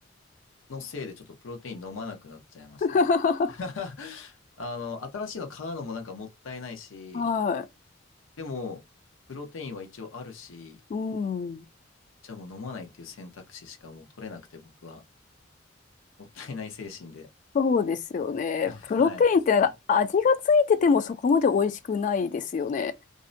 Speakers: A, on the left; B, on the left.
A: のせいでちょっとプロテイン飲まなくなっちゃいましたね。
B: <laughs>
A: <laughs> あの、新しいの買うのもなんかもったいないし、
B: はい。
A: でも、プロテインは一応あるし、
B: うん。
A: じゃあもう飲まないっていう選択肢しかもう取れなくて僕は、もったいない精神で。
B: そうですよね。
A: <laughs> はい。
B: プロテインってなんか味がついててもそこまで美味しくないですよね。
A: それで、